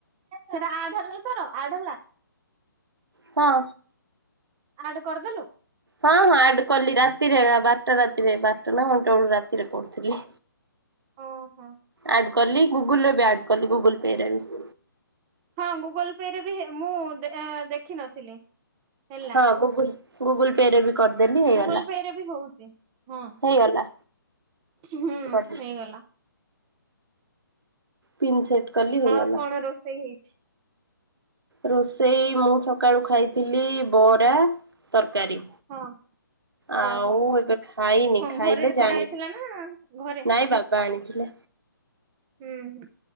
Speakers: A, on the right; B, on the right.
A: ସେଟା ଆଡ୍ ହେଲା ତୋର ଆଡ୍ ହେଲା?
B: ହଁ।
A: ଆଡ୍ କରିଦେଲୁ?
B: ହଁ, ହଁ ଆଡ୍ କଲି ରାତିରେ ବାରଟା ରାତିରେ ବାରଟା ନା ଗୋଟେ ବେଳୁ ରାତିରେ କରୁଥିଲି।
A: ଅଁ, ହଁ।
B: ଆଡ୍ କଲି, ଗୁଗୁଲ୍ ରେ ବି ଆଡ୍ କଲି, ଗୁଗୁଲ୍ ପେ ରେ ବି।
A: ହଁ ଗୁଗଲ୍ ପେ ରେ ବି ହେ ମୁଁ ଦେ-ଏ, ଦେଖିନଥିଲି। ହେଲା
B: ହଁ ଗୁଗୁଲ୍ ଗୁଗଲ୍ ପେ ରେ ବି। କରିଦେଲି ହେଇଗଲା
A: ଗୁଗୁଲ୍ ପେ ରେ ବି ହଉଛି ହଁ
B: ହେଇଗଲା।
A: ହୁଁ,
B: କଲି
A: ହେଇଗଲା।
B: ପିନ୍ ସେଟ୍ କଲି। ହେଇଗଲା।
A: ଆଉ କଣ ରୋଷେଇ ହେଇଛି?
B: ରୋଷେଇ ମୁଁ ସକାଳୁ ଖାଇଥିଲି ବରା ତରକାରୀ।
A: ହଁ।
B: ଆଉ
A: ହଉ ହଉ
B: ଏବେ ଖାଇନି
A: ହଁ
B: ଖାଇଲେ
A: ଘରେ ବି
B: ଜାଣିବି
A: କରାଯାଇଥିଲା ନା ଘରେ
B: ନାଇଁ ବାବା ଆଣିଥିଲେ।
A: ହୁଁ।